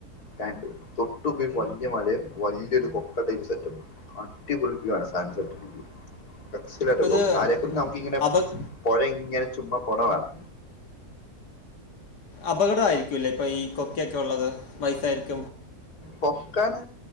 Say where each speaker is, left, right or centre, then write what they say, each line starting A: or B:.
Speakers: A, on the left (about 70°); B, on the left (about 85°).
A: റ്റാൻടു തൊട്ടുമുമ്പി വലിയ മലയും വലിയൊരുകൊപ്പടൈപ്പ് സെറ്റും അടിപൊളി വ്യൂആണ് സാൻസെറ്റ് വ്യൂടെസ്റ്റ്‌ വരെപോകും
B: അപ്പോൾ ഇത്
A: താഴെക്കൂടെ നമുക്കിങ്ങെനെ
B: അപ
A: പുഴഇങ്ങനെചുമ്മപോണേകാണം
B: അപകട ആയിരിക്കൂല്ലേ ഇപ്പൊ ഈ കൊക്കയൊക്കെ ഉള്ളത് വയസായിരിക്കും
A: കൊക്കാ